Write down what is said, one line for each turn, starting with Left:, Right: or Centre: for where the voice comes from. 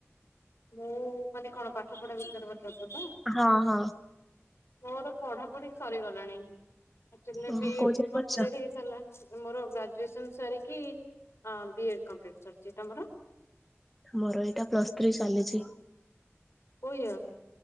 Left: ମୁଁ ମାନେ କଣ ପାଠ ପଢା ବିଷୟରେ ପଚାରୁଛ ତ?
Centre: ହଁ ହଁ।
Left: ମୋର ପଢ଼ାପଢ଼ି ସରିଗଲାଣି ଆକଚୁଲି
Centre: ଓହୋ
Left: ବି ଇ
Centre: କୋଉ
Left: ଡି
Centre: ଯାଏ
Left: କମ୍ପ୍ଲିଟ୍
Centre: ପଢିଛ?
Left: ହେଇସାରିଲାନି। ମୋର ଗ୍ରାଜୁଏସନ ସାରିକି ଆ ବି ଏଡ୍ କମ୍ପ୍ଲିଟି କରିଛି। ତମର?
Centre: ମୋର ଏଇଟା ପ୍ଲସ୍ ଥ୍ରୀ ଚାଲିଛି।
Left: କୋଉ ୟର୍?